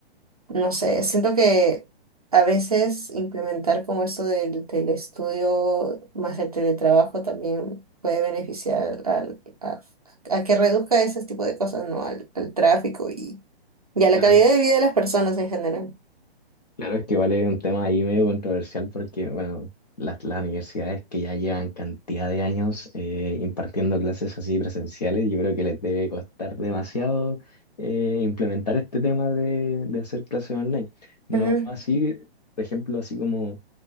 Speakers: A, on the right (about 40°); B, on the left (about 40°).
A: no sé, siento que a veces implementar como esto del telestudio más el teletrabajo también puede beneficiar al, a, a que reduzca ese tipo de cosas, ¿no? Al, al tráfico y, y a la
B: Claro.
A: calidad de vida de las personas en general.
B: Claro, es que vale un tema ahí medio controversial porque, bueno, las, las universidades que ya llevan cantidad de años eh, impartiendo clases así presenciales, yo creo que les debe costar demasiado eh, implementar este tema de, de hacer clases online. No
A: Ujú,
B: así, por ejemplo, así como